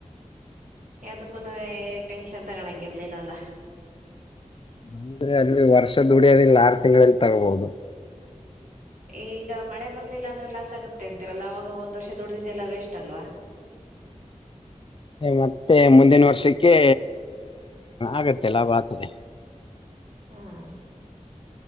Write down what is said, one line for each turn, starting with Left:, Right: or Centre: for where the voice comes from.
Right: ಯಾವುದಕ್ಕನೇ ಟೆಂ ಷನ್ ತಂಗೊಂಡರ್ಲಿಲ್ಲ ಅಲ್ಲ
Left: ಅಂದ್ರೆ ಅಲ್ಲಿ ವರ್ಷ ದುಡಿಯೋದ್ ಇಲ್ಲಿ ಆರು ತಿಂಗಳಲ್ಲಿ ತಗೋಬಹುದು.
Right: ಈಗ ಮಳೆ ಬರ್ಲಿಲ್ಲ ಅಂದ್ರೆ ಲಾಸ್ ಆಗುತ್ತೆ ಅಂತಿರೆಲ್ಲ ಅವಾಗ ಒಂದ್ ವರ್ಷ ದುಡ್ದಿದ್ದ್ ಎಲ್ಲಾ ವೇಸ್ಟ್ ಅಲ್ವಾ.
Left: ಮತ್ತೆ ಮುಂದಿನ ವರ್ಷಕ್ಕೆ ಆಗುತ್ತೆ ಲಾಭ ಆತದೆ
Right: ಹಾ